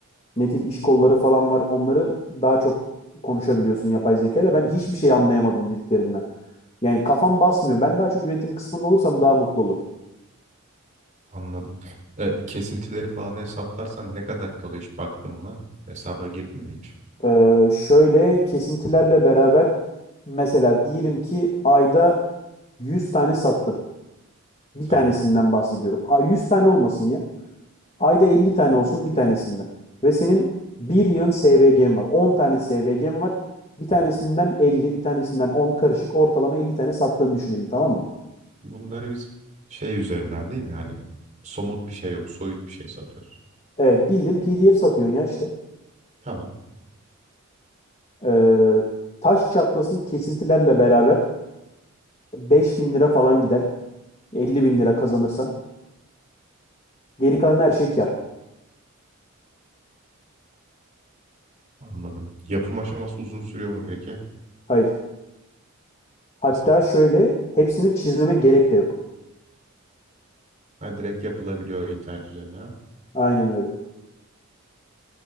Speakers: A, on the left; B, on the right.
A: ne tip iş kolları falan var onları daha çok konuşabiliyorsun yapay zekayla. Ben hiçbir şey anlayamadım dediklerinden. Yani kafam basmıyor. Ben daha çok üretim kısmında olursam daha mutlu olurum.
B: Anladım. E, kesintileri falan hesaplarsan ne kadar kalıyor hiç baktın mı? Hesaba girdin mi hiç?
A: Ee, şöyle kesintilerle beraber mesela diyelim ki ayda 100 tane sattım. Bir
B: Tamam.
A: tanesinden bahsediyorum. A- 100 tane olmasın ya. Ayda 50 tane olsun bir tanesinden. Ve senin bir yığın SVG'm var. 10 tane SVG'm var. Bir tanesinden 50, bir tanesinden 10 karışık ortalama 50 tane sattığını düşünelim tamam mı?
B: Bunları biz şey üzerinden değil mi? Hani somut bir şey yok, soyut bir şey satıyoruz.
A: Evet bildiğin PDF satıyorsun ya işte.
B: Tamam.
A: Ee, taş çatlasın kesintilerle beraber 5000 lira falan gider. 50 bin lira kazanırsan. Geri kalan her şey kar.
B: Anladım. Yapım aşaması uzun sürüyor mu peki?
A: Hayır. Hatta
B: Kısa.
A: şöyle hepsini çizmeme gerek de yok.
B: Ha, direkt yapılabiliyor internet üzerine. ha?
A: Aynen öyle.